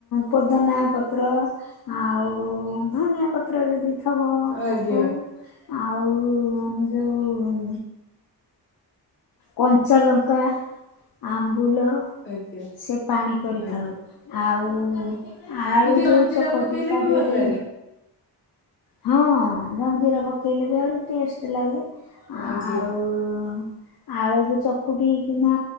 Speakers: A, on the left; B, on the left.
A: ପୋଦନା ପତ୍ର ଆଉ ଧନିଆ ପତ୍ର ଯଦି ଥବ ପକଉ
B: ଆଜ୍ଞା
A: ଆଉ ଯୋଉ କଞ୍ଚା ଲଙ୍କା, ଆମ୍ବୁଲ।
B: ଆଜ୍ଞା
A: ସେ ପାଣି କରିଥାଉ
B: ଆଜ୍ଞା।
A: ଆଉ ଆଳୁ
B: ଟିକେ ଜଲଜିରା
A: ଯଉ ଚକଟୁ
B: ପକେଇଲେ
A: ତା
B: ବି
A: ଦିହ
B: ଭଲ
A: ରେ
B: ଲାଗେ।
A: ହଁ ଜଲଜିରା ପକେଇଲେ ବି ଆହୁରି ଟେଷ୍ଟ ଲାଗେ। ଆଉ
B: ଆଜ୍ଞା
A: ଆଳୁକୁ ଚକୁଟି କିିନା